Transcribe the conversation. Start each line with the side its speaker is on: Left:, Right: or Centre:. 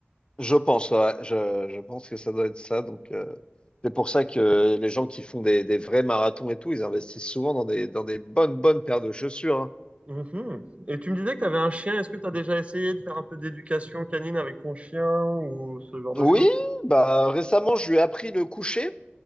Left: je pense, ouais, je je pense que ça doit être ça. Donc euh, c'est pour ça que les gens qui font des des vrais marathons et tout, ils investissent souvent dans des dans des bonnes bonnes paires de chaussures. hein.
Right: Mhm. Et tu me disais que tu avais un chien. Est-ce que tu as déjà essayé de faire un peu d'éducation canine avec ton chien ou ce genre
Left: Oui,
Right: de choses?
Left: bah récemment je lui ai appris le coucher